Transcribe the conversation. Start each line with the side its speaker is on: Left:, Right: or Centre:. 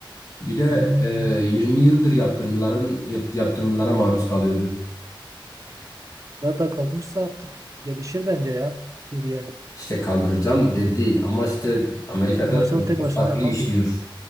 Left: Bir de
Right: Hmm.
Left: e, 20 yıldır yaptırımların yap- yaptırımlara maruz kalıyordu.
Right: Nerede kalmışsa artık gelişir bence ya. Suriye.
Left: İşte kaldıracağım dedi ama işte Amerika'da
Right: Maçı
Left: politika
Right: o tek başına
Left: farklı
Right: yapamıyor.
Left: işliyor.